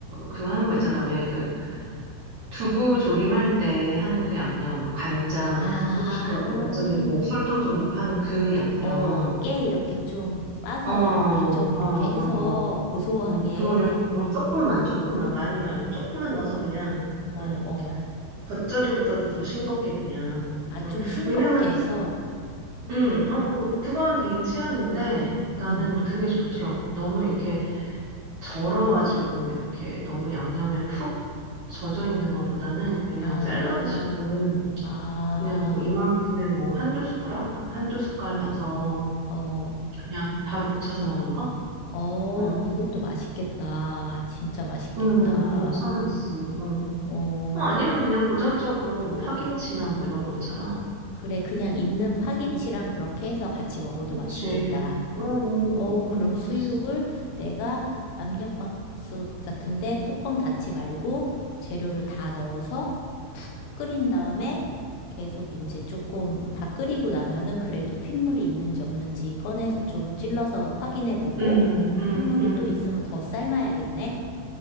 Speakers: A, on the right; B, on the left.
A: 그 하는 거 있잖아. 왜 그 두부 조림할 때 하는 그 양념, 뭐 간장,
B: 아,
A: 고춧가루, 어쩌니 뭐 설탕 좀 음, 넣고 하는 그 양념.
B: 어, 깨 이렇게 좀 빠서
A: 어, 어,
B: 이렇게 좀 이렇게
A: 아, 어,
B: 해서
A: 어.
B: 고소하게,
A: 음, 그거 그냥, 어, 조금만, 조금만, 많이 말고, 조금만 넣어서 그냥,
B: 어,
A: 음,
B: 어,
A: 겉절이보다도 더 싱겁게 그냥,
B: 아,
A: 음,
B: 좀 싱겁게
A: 왜냐면,
B: 해서
A: 음, 아, 뭐, 그거는 개인 취향인데, 나는
B: 음,
A: 그게 좋더라고. 너무 이렇게 절어가지고, 이렇게 너무 양념에 푹 젖어 있는 것보다는 그냥
B: 아,
A: 샐러드식으로,
B: 아,
A: 그냥 뭐 이만큼의 뭐 한두 숟가락? 한두 숟갈 넣어서
B: 어,
A: 그냥 바로 무쳐서 먹는 거?
B: 어,
A: 어,
B: 그것도 맛있겠다. 진짜 맛있겠다.
A: 음, 괜찮았어. 어.
B: 어,
A: 어, 아니면 그냥 고전적으로 뭐 파김치나 뭐 이런 거 있잖아.
B: 그래, 그냥 있는 파김치랑
A: 음.
B: 그렇게 해서 같이 먹어도
A: 그치.
B: 맛있겠다.
A: 오오오오
B: 어, 그럼 수육을
A: 맛있어.
B: 내가 압력밥솥 같은데 뚜껑 닫지 말고 재료를 다 넣어서 푹 끓인 다음에 계속 이제 조금 다 끓이고 나면은 그래도 핏물이 있는지 없는지 꺼내서 좀 찔러서 확인해 보고
A: 응, 응,
B: 핏물이
A: 응,
B: 또 있으면 더 삶아야겠네.